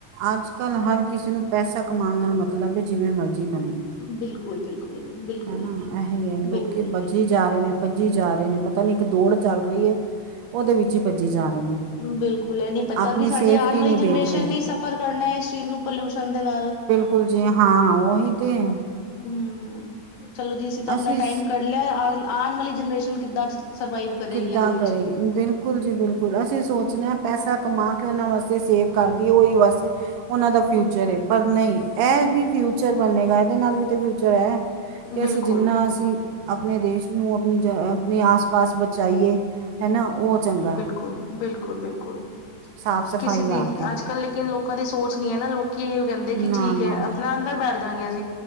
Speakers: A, on the right; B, on the left.
A: ਅਜ- ਕਲ ਹਰ ਕਿਸੇ ਨੂੰ ਪੈਸਾ ਕਮਾਉਣ ਨਾਲ ਮਤਲਬ ਹੈ। ਜਿਵੇ ਮਰਜ਼ੀ ਮਿਲੇ -
B: ਬਿਲਕੁਲ- ਬਿਲਕੁਲ- ਬਿਲਕੁਲ
A: ਹਨਾ ਇਹੀ ਹੈ। ਲੋਕੀ
B: ਬਿਲਕੁਲ
A: ਬਦ- ਭੱਜੀ ਜਾ ਰਹੇ ਨੇ, ਭੱਜੀ ਜਾ ਰਹੇ ਨੇ, ਪਤਾ ਨਹੀ ਇਕ ਦੌੜ ਚੱਲ ਰਹੀ ਹੈ। ਉਹਦੇ ਵਿਚ ਹੀ ਭੱਜੀ ਜਾ ਰਹੇ ਨੇ
B: ਬਿਲਕੁਲ, ਇਹ ਨਹੀ ਪਤਾ
A: ਆਪਣੀ
B: ਕਿ ਸਾਡੀ
A: ਸੇਫਟੀ
B: ਆਉਣ ਵਾਲੀ
A: ਨਹੀਂ ਦੇਖ
B: ਜਨਰੇਸ਼ਨ
A: ਰਹੇ
B: ਨੇ ਸਫ਼ਰ ਕਰਨਾ ਇਸ ਚੀਜ਼ ਨੂੰ ਪੋਲਿਊਸ਼ਨ ਦੇ ਨਾਲ
A: ਹਾਂਜੀ ਹਾਂ, ਉਹੀ ਤੇ-
B: ਹੂੰ, ਚਲੋ ਜੀ ਅਸੀ ਤਾਂ ਆਪਣਾ
A: ਅਸੀਂ
B: ਟਾਈਮ ਕ- ਲੈ ਆਉਣ ਵਾਲੀ ਜਨਰੇਸ਼ਨ ਕਿੱਦਾਂ ਸਰਵਾਈਵ- ਕਰੇਗੀ
A: ਕਿੱਦਾਂ
B: ਇਹਦੇ ਵਿੱਚ
A: ਕਰੇ, ਬਿਲਕੁਲ ਜੀ ਬਿਲਕੁਲ ਅਸੀਂ ਸੋਚਦੇ ਹਾਂ ਪੈਸਾ ਕਮਾ ਕੇ ਉਹਨਾਂ ਵਾਸਤੇ ਸੇਵ। ਕਰਦੀ ਉਹੀ ਬਸ, ਉਹਨਾਂ ਦਾ ਫਿਊਚਰ ਏ ਅ। ਪਰ ਨਹੀਂ ਇਹ ਵੀ ਵੀ ਫਿਊਚਰ ਬਨੇਗਾ ਇਹਦੇ ਨਾਲ ਵੀ ਤੇ ਫਿਊਚਰ ਹੈ। ਕਿ
B: ਬਿਲਕੁਲ
A: ਅਸੀਂ ਜਿੰਨਾ ਅਸੀਂ ਆਪਣੇ ਦੇਸ਼ ਨੂੰ ਆਪਣੀ ਜ ਜ ਆਪਣੇ ਆਸ ਪਾਸ ਬਚਾਈਏ ਅ। ਹੈ ਨਾ ਉਹ ਹ ਚੰਗਾ।
B: ਬਿਲਕੁਲ-ਬਿਲਕੁਲ ਬਿਲਕੁਲ
A: ਸਾਫ ਸਫਾਈ
B: ਕਿਸੇ
A: ਰੱਖ
B: ਦੀ
A: ਕੇ
B: ਅੱਜ ਕੱਲ ਲੇਕਿਨ ਲੋਕ। ਲੋਕਾਂ ਦੀ ਸੋਚ ਨੀ ਹੈ ਨਾ ਲੋਕ ਇਹ ਹੀ ਕਹਿੰਦੇ
A: ਨਾ
B: ਕਿ ਠੀਕ
A: ਨਾ
B: ਹੈ। ਆਪਣਾ ਅੰਦਰ ਬੈਠ ਜਾਂਗੇ ਅਸੀਂ।